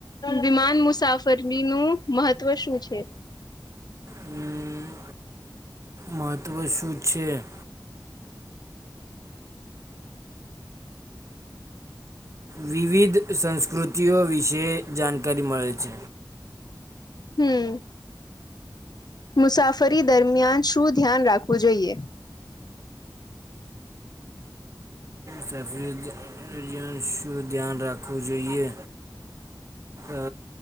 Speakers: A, on the left; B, on the right.
A: વિમાન મુસાફરી નું મહત્વ શું છે?
B: હમ, મહત્ત્વ શું છે? વિવિધ સંસ્કૃતિઓ વિશે જાણકારી મળે છે.
A: હમ. મુસાફરી દરમિયાન શું ધ્યાન રાખવું જોઈએ?
B: સફરીન શું ધ્યાન રાખવું જોઈએ? અ